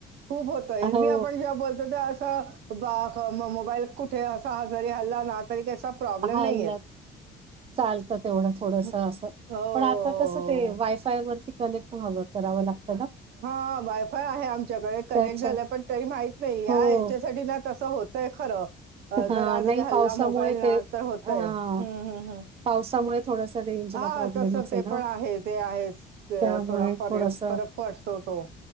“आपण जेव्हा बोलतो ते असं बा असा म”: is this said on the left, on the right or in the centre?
Right